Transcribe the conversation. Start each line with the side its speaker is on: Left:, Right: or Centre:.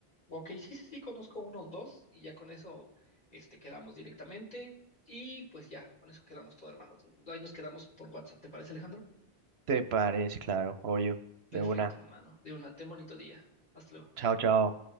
Left: Ok, sí, sí, sí, conozco unos dos y ya con eso este, quedamos directamente y pues ya, con eso quedamos todo, hermano. Ahí nos quedamos por WhatsApp, ¿te parece, Alejandro?
Right: Te parece, claro, obvio,
Left: Perfecto,
Right: de una.
Left: hermano. De una, ten bonito día. Hasta luego.
Right: Chao, chao.